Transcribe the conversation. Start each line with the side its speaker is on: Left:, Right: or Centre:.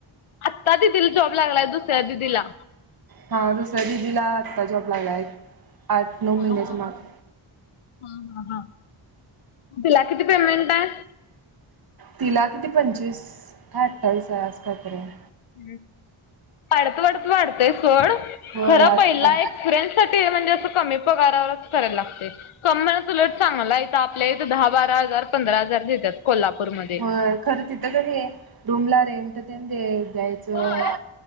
Left: आत्ता दिदीला जॉब लागलाय, दुसऱ्या दिदीला.
Right: हा दुसऱ्या दिदिला आत्ता जॉब लागलाय. आठ नऊ महिन्याच्या
Left: ह ह
Right: माग
Left: ह ह ह. तिला किती पेमेंट आहे?
Right: तिला किती पंचवीस का, अठ्ठावीस आहे अस काय तरी आहे.
Left: <inaudible> वाढत वाढत वाढतंय सोड.
Right: होय
Left: खर
Right: आत्ता
Left: पहिला एक <inaudible> म्हणजे असं कमी पगारावरच करायला लागते. क म्हणत उलट चांगला आहे इथ आपल्या इथ दहा बारा हजार पंधरा हजार देतात कोल्हापूरमध्ये.
Right: होय खरं तिथं की नाही आहे रूमला रेंट तेन द्यायचं.
Left: होय